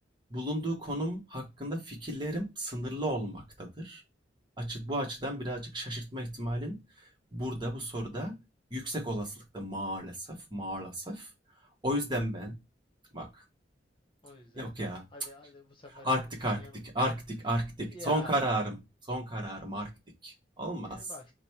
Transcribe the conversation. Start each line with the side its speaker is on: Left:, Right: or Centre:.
Right: bulunduğu konum hakkında fikirlerim sınırlı olmaktadır. Açı, bu açıdan birazcık şaşırtma ihtimalin burada bu soruda yüksek olasılıkta maalesef maalesef. O yüzden ben bak
Left: O yüzden
Right: yok ya
Left: hadi hadi bu sefer
Right: Arktik
Left: yanıl.
Right: Arktik
Left: Yanıl.
Right: Arktik Arktik
Left: Ya
Right: son kararım son kararım Arktik. Olmaz.
Left: yani bak